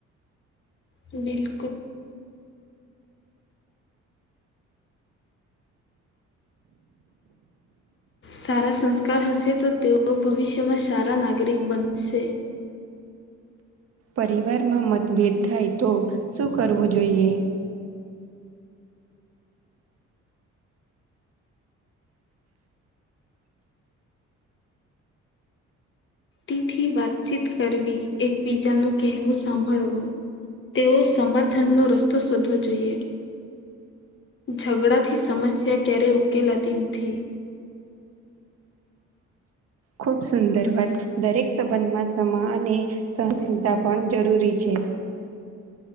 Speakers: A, on the left; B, on the right.
A: બિલકુલ, સારા સંસ્કાર હશે તો તેઓ ભવિષ્યમાં સારા નાગરિક બનશે,
B: પરિવારમાં મતભેદ થાય તો શું કરવું જોઈએ,
A: તિથી વાતચીત કરવી એકબીજા નું કહેવું સાંભળવું, તેઓ સમાધાન નો રસ્તો શોધવો જોઈએ, ઝઘડા થી સમસ્યા ક્યારેય ઉકેલાતી નથી,
B: ખૂબ સુંદર વાત, દરેક સંબંધમાં સમા અને સનશીલતા પણ જરૂરી છે,